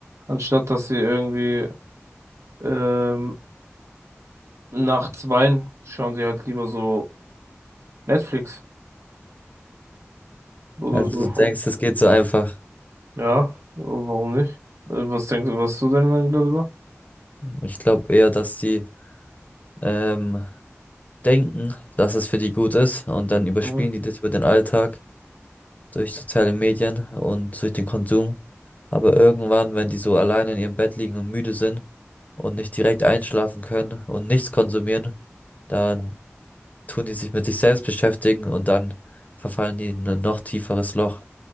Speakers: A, on the right; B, on the left.
A: anstatt dass sie irgendwie ähm, nachts weinen, schauen sie halt lieber so Netflix oder
B: Also
A: so.
B: du denkst, das geht so einfach.
A: Ja, warum nicht? Äh, Was denkst du, was ist so deine Meinung darüber?
B: Ich glaube eher, dass die ähm, denken, dass es für die gut ist und dann überspielen
A: Mhm.
B: die das über den Alltag. durch soziale Medien und durch den Konsum. Aber irgendwann, wenn die so alleine in ihrem Bett liegen und müde sind und nicht direkt einschlafen können und nichts konsumieren, dann tun die sich mit sich selbst beschäftigen und dann verfallen die in ein noch tieferes Loch.